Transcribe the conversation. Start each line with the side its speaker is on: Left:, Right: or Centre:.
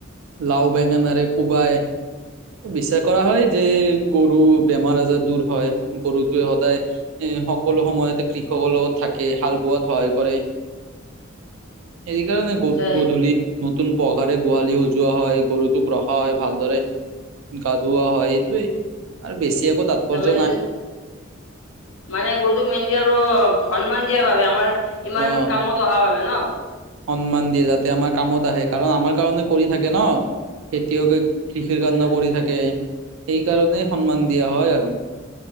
Right: লাও বেঙেনাৰে কোবাই বিশ্বাস কৰা হয় যে গৰু বেমাৰ আজাৰ দূৰ হয়, গৰুটো সদায় সকলো সময়তে কৃষকৰ লগত থাকে, হাল বোৱাত সহায় কৰে।
Left: <inaudible>
Right: এই কাৰণে গ
Left: আচ্ছা,
Right: গধূলি নতুন পঘাৰে গোহালি হ জুৱা হয় গৰুটোক ৰখা হয় ভালদৰে, গা ধুৱা হয় এইটোৱে আৰু বেছি তাৎপৰ্য
Left: তাৰমানে
Right: নাই।
Left: মানে গৰুটোক মেইনকে আৰু সন্মান দিয়া বাবে আমাৰ ইমান
Right: অ
Left: কামত অহাৰ বাবে ন?
Right: সন্মান দিয়ে যাতে আমাৰ কামত আহে কাৰণ আমাৰ কাৰণে কৰি থাকে ন খেতিয়কে কৃষিৰ
Left: আচ্ছা
Right: কাৰণেও কৰি থাকে এই কাৰণেই সন্মান দিয়া হয় আৰু।